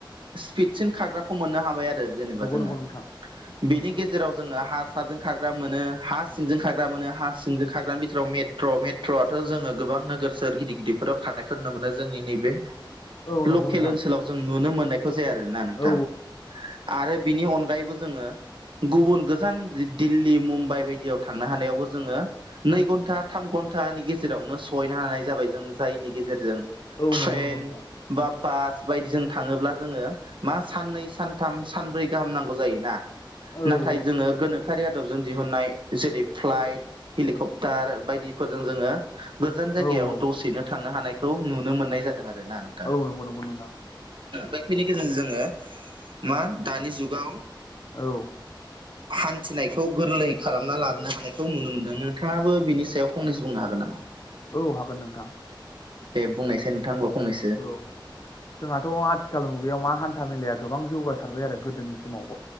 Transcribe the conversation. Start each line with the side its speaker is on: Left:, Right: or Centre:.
Right: फिडसिन खाराग्राखौ मोननो हाबाय आरो जेनेबा जोङो
Left: नंगौ नोंथां
Right: बेनि गेजेराव जोङो हा साजों खारग्रा मोनो हा सिंजों खारग्रा मोनो हा सिंजों खारग्रानि बिथोराव मेट मेट्र' मेट्र' आथ' जोङोबां नोगोर सोर गिदिर गिदिरफोराव खारानायखौ नुनो मोनो जोंनि नैबे
Left: औ
Right: लकेल
Left: नंगौ नोंथां
Right: ओनसोलाव जों नुनो मोननायखौ जाया आरोना नोंथां।
Left: औ
Right: आरो बिनि अनगायैबो जोङो गुबुन गोजान दिल्ली मुम्बाइ बायदियाव थांनो हानायावबो जोङो नै घन्टा थाम घन्टानि गेजेरावनो सहैनो हानाय जाबाय जों जायनि गेजेरजों ट्रेन
Left: औ नंगौ नंगौ नोंथां
Right: बा बास बायदिजों थाङोब्ला जों मा सानै सानथाम सानब्रै गाहाम नंगौ जोना
Left: औ
Right: ना नायथ
Left: औ
Right: जों गोनो सोरखारि आदबजों दिहुननाय जेरै फ्लाइट हेलिकप्टार बायदिफोरजों जोङो गोजान जायगायाव
Left: औ
Right: दसेनो थांनो हानायखौ नुनो मोननाय जादों आर ना नों
Left: औ नंगौ नंगौ नोंथां।
Right: बैफोनि गेजेरजों जोङो मा दानि जुगाव
Left: औ
Right: हान्थिनायखौ गोरलै खालामना ला हानाय खौ नुनो मोनदों नोंथाङाबो बिनि सायाव फंनैसो बुंनो हागोन नामा?
Left: औ हागोन नोंथां
Right: दे बुंनायसै नोंथां बा फंनसै।
Left: ओ जोंहाथ' आथिखाल मुगायाव मा हान्था मेलाया गोबां जौगासारबाय आरो गोदोनि समाव